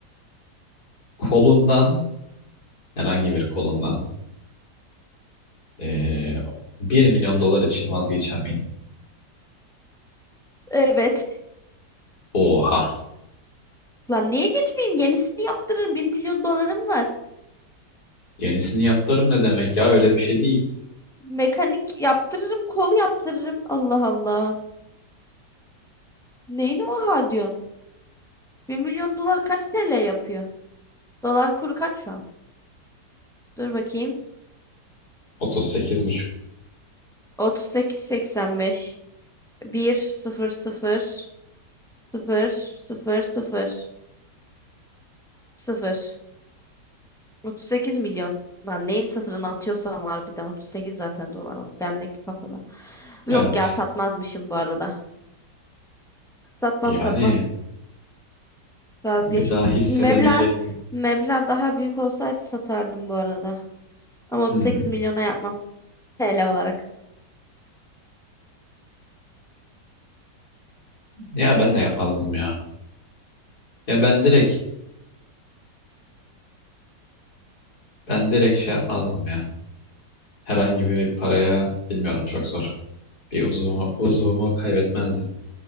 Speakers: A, on the left; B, in the centre.
A: kolundan herhangi bir kolundan eee 1 milyon dolar için vazgeçer miydin?
B: Evet.
A: Oha.
B: Lan niye geçmeyeyim? Yenisini yaptırırım. bir milyon dolarım var.
A: Yenisini yaptırım ne demek ya öyle bir şey değil.
B: Mekanik yaptırırım, kol yaptırırım. Allah Allah. Neyine oha diyorsun? bir milyon dolar kaç TL yapıyor? Dolar kuru kaç şu an? Dur bakayım.
A: Otuz sekiz buçuk.
B: otuz sekiz virgül seksen beş bir sıfır sıfır sıfır sıfır sıfır Sıfır. 38 milyon. Lan neyin sıfırını atıyorsam harbiden 38 zaten dolar. oldu. Bendeki kafada. Yok
A: Evet.
B: ya satmazmışım bu arada. Satmam
A: Yani
B: satmam. Vazgeçtim.
A: bir daha hissedemeyeceksin.
B: Meblağ, meblağ daha büyük olsaydı satardım bu arada. Ama 38
A: Hmm.
B: milyona yapmam. TL olarak.
A: Ya ben de yapmazdım ya. Ya ben direkt ben direkt şey yapmazdım ya. Herhangi bir paraya bilmiyorum çok zor. Bir uzvumu, uzvumu kaybetmezdim.